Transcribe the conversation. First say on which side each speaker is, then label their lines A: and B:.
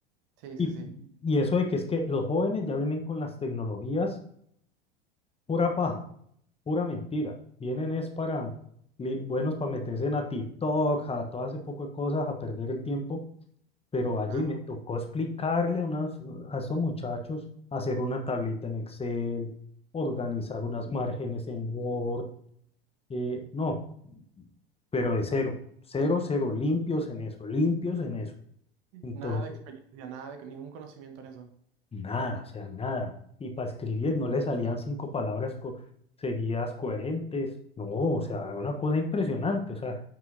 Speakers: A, on the right; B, on the left.
A: Sí, sí,
B: Y,
A: sí.
B: y eso de que es que los jóvenes ya vienen con las tecnologías pura paja. pura mentira. Vienen es para, li- buenos para meterse en a TikTok, a todo ese poco de cosas, a perder el tiempo. Pero allí
A: Ajá.
B: me tocó explicarle a, unas, a esos muchachos hacer una tablita en Excel, organizar unas márgenes en Word. eh, no, pero de cero, cero, cero, limpios en eso, limpios en eso. Entonces,
A: Nada de experiencia, nada de ningún conocimiento en eso.
B: Nada, o sea, nada. Y para escribir no le salían cinco palabras co- seguidas coherentes. No, o sea, una cosa impresionante. O sea,